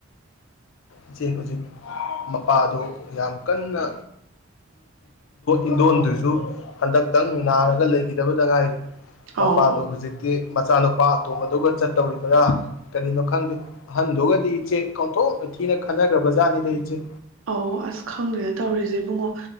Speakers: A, on the left; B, on the right.
A: ꯏꯆꯦ ꯍꯧꯖꯤꯛ ꯃꯄꯥꯗꯣ ꯌꯥꯝ ꯀꯟꯅ ꯏꯟꯗꯣꯟꯗꯨꯁꯨ ꯍꯟꯗꯛ ꯈꯤꯇꯪ ꯅꯥꯔꯒ ꯂꯩꯈꯤꯗꯕꯗ ꯉꯥꯏꯔꯤ꯫ ꯃꯄꯥꯗꯣ
B: ꯑꯧ
A: ꯍꯨꯖꯤꯛꯇꯤ ꯃꯆꯥꯅꯨꯄꯥ ꯑꯇꯣꯝꯕꯗꯨꯒ ꯆꯠꯇꯧꯔꯤꯕꯅ ꯀꯔꯤꯅꯣ ꯈꯪ ꯍꯟꯗꯨꯣꯒꯗꯤ ꯏꯆꯦ <unintelligible> ꯊꯤꯅ ꯈꯟꯅꯈ꯭ꯔꯕ ꯖꯥꯠꯅꯤꯗ ꯏꯆꯦ꯫
B: ꯑꯧ ꯑꯁ ꯈꯪꯗ꯭ꯔꯦ ꯇꯧꯔꯤꯁꯦ ꯏꯕꯨꯡꯉꯣ